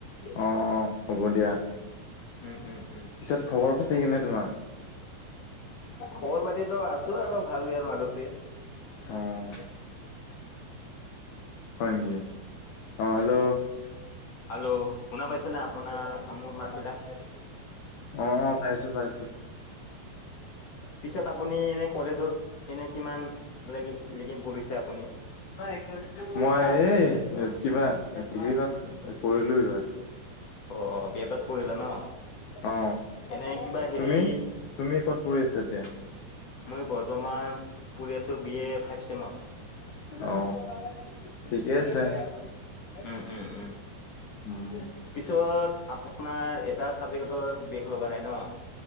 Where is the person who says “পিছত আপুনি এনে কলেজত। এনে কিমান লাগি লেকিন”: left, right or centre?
Left